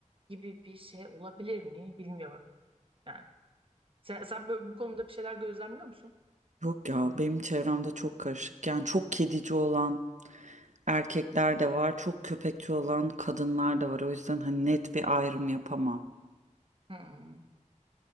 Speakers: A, on the right; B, on the right.
A: gibi bir şey olabilir mi? Bilmiyorum. Yani sen, sen böyle bu konuda bir şeyler gözlemliyor musun?
B: Yok ya benim çevremde çok karışık. Yani çok kedici olan erkekler de var, çok köpekçi olan kadınlar da var. O yüzden hani net bir ayrım yapamam.
A: Hmm.